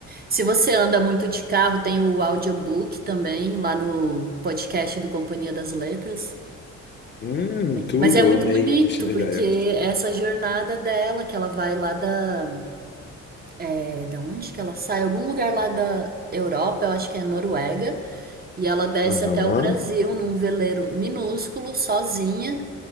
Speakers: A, on the right; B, on the left.
A: Se você anda muito de carro, tem o audiobook também, lá no podcast do Companhia das Letras.
B: hum, tudo,
A: Mas é muito
B: amei,
A: bonito,
B: gostei da
A: porque
B: ideia.
A: essa jornada dela, que ela vai lá da. É, da onde que ela sai? Algum lugar lá da Europa, eu acho que é Noruega, e ela desce
B: Aham.
A: até o Brasil num veleiro minúsculo, sozinha.